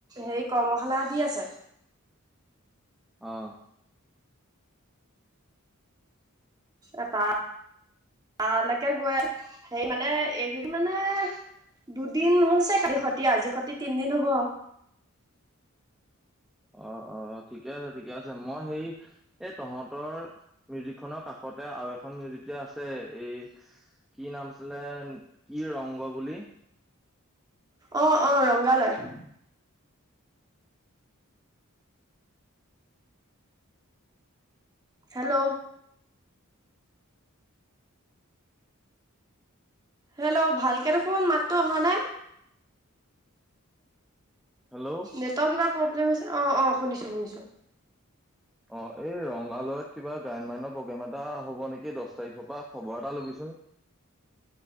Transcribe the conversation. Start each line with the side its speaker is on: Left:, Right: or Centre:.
Right: হে কৰ্মশালা দি আছে।
Centre: অ'।
Right: এ তাৰ তালৈকে গৈ সেই মানে এইকেইদিন মানে দুদিন হৈছে কালি সতি আজিৰ সতি তিনদিন হ'ব।
Centre: অ', অ', অ', ঠিকেই আছে, ঠিকেই আছে মই সেই এই, তহঁতৰ মিউজিকখনৰ কাষতে আৰু এখন মিউজিক যে আছে এই কি নাম আছিলে, কি ৰংগ বুলি।
Right: অ', অ', ৰংগালয়। হেল্ল'। হেল্ল', ভালকে দেখোন মাতটো অহা নাই।
Centre: হেল্ল'।
Right: নেটৰ কিবা প্ৰব্লেম হৈছে, অ', অ', শুনিছোঁ, শুনিছোঁ।
Centre: অ', এই ৰংগালয়ত কিবা গায়ন-বায়নৰ প্ৰগ্ৰাম এটা হ'ব নেকি, দশ তাৰিখৰ পৰা খবৰ এটা ল'বিচোন।